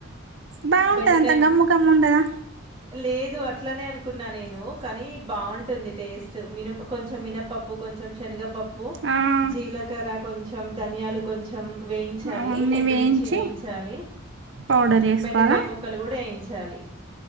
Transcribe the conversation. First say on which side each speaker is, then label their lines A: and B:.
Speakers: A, on the right (about 60°); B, on the right (about 25°).
A: బాగుంటదంతా,
B: బెండకాయ
A: గమ్ముకమ్మ ఉండదా
B: లేదు అట్లనే అను అనుకున్న నేను కానీ బాగుంట ఉంటుంది టేస్ట్ మిన కొంచెం మినపప్పు కొంచెం శనగపప్పు,
A: ఆ
B: జీలకర్ర కొంచ కొంచెం ధనియాలు కొంచెం వేయించాలి,
A: అవన్నీ
B: ఎండుమిర్చి
A: వేయించి
B: వేయించాలి
A: పౌడర్ చేసుకోవాలా
B: బెండకాయ ముక్కలు కూడా వేయించాలి